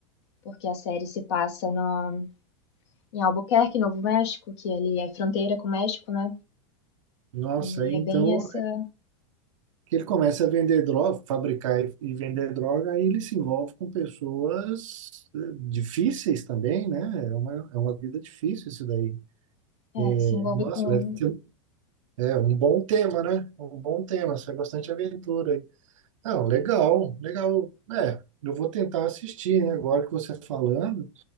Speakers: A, on the left; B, on the right.
A: porque a série se passa no, em Albuquerque, Novo México, que ali é fronteira com o México, né?
B: nossa,
A: E
B: então
A: é bem essa.
B: que ele começa a vender droga, fabricar e e vender droga, aí ele se envolve com pessoas eh, difíceis também, né? É uma, é uma vida difícil isso daí.
A: É,
B: É,
A: se envolve
B: Nossa,
A: com.
B: deve ter um- é, um bom tema, né? Um bom tema, isso é bastante aventura aí. Não, legal, legal. É, eu vou tentar assistir, né? Agora que você tá falando,